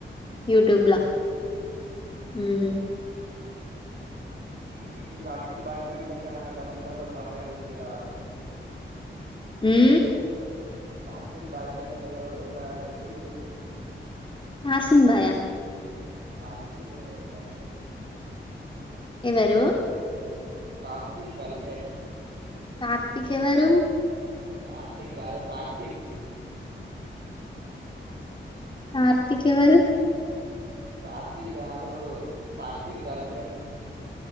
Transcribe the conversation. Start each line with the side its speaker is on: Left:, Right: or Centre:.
Left: యూట్యూబ్లా
Right: అవునా
Left: మ్
Right: నీకి టాక్సీక్ బాయ్ ఫ్రెండ్ లెక్క గసువంటోళ్ల ఒక అమ్మాయి దొరికితే చాలు
Left: మ్మ్
Right: ఆ టాక్సిక్ బాయ్ ఫ్రెండ్ ఒక ఒక వెబ్ సిరీస్ ఉన్నది
Left: నార్సింగ్ భాయా
Right: టాక్సీక్ గర్ల్ఫ్రెండ్
Left: ఎవరు
Right: టాక్సిక్ గర్ల్ఫ్రెండ్స్
Left: కార్తిక్ ఎవరు
Right: కార్తిక్ కాదు టాక్సిక్
Left: కార్తీక్ ఎవరు
Right: కార్తిక్ కాదు టాక్సిక్ గర్ల్ ఫ్రెండ్